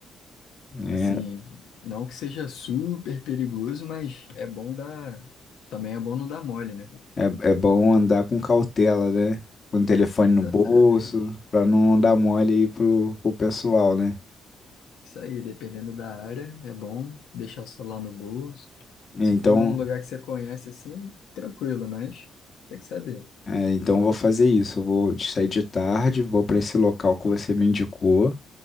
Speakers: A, on the left; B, on the left.
A: É,
B: Assim, não que seja super perigoso, mas é bom dar. Também é bom não dar mole, né?
A: é, é bom andar com cautela, né? Com o telefone
B: Exatamente.
A: no bolso, pra não dar mole aí pro, pro pessoal, né?
B: Isso aí, dependendo da área, é bom deixar o celular no bolso.
A: Então.
B: Se for um lugar que você conhece, assim, tranquilo, mas tem que saber.
A: É, então eu vou fazer isso. Eu vou de- sair de tarde, vou para esse local que você me indicou,